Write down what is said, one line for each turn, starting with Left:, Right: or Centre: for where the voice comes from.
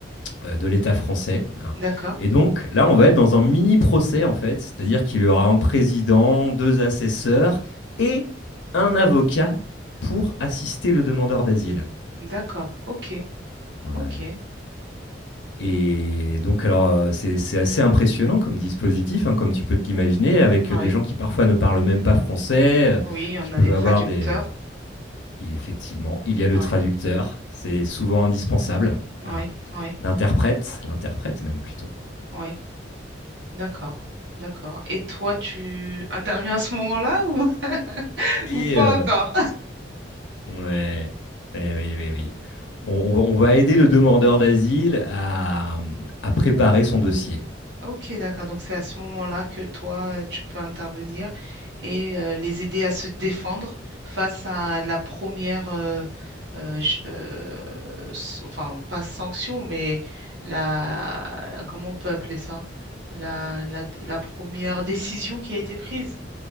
Left: euh, de l'État français. hein.
Right: D'accord.
Left: Et donc là, on va être dans un mini procès en fait, c'est-à-dire qu'il y aura un président, deux assesseurs et un avocat pour assister le demandeur d'asile.
Right: D'accord. Ok.
Left: Voilà.
Right: Ok.
Left: Et donc, alors, heu, c'est c'est assez impressionnant comme dispositif, hein, comme tu peux te l'imaginer, avec
Right: Oui.
Left: des gens qui parfois ne parlent même pas français, heu,
Right: Oui, on
Left: qui
Right: a
Left: peuvent
Right: des traducteurs.
Left: avoir des Et effectivement, il y a le
Right: Oui.
Left: traducteur, c'est souvent indispensable,
Right: Oui.
Left: hein.
Right: Oui.
Left: L'interprète, l'interprète même plutôt
Right: Oui. D'accord. D'accord. Et toi, tu interviens à ce moment-là ou, <laughs>
Left: et
Right: ou pas
Left: heu,
Right: encore?
Left: ouais, et oui, oui, oui. On on va on va aider le demandeur d'asile à, mmh, à préparer son dossier.
Right: Ok, d'accord. Donc c'est à ce moment-là que toi, euh, tu peux intervenir et euh, les aider à se défendre face à la première, euh, euh, ju- euh, s- enfin pas sanction, mais la, comment on peut appeler ça? La, la, la première décision qui a été prise.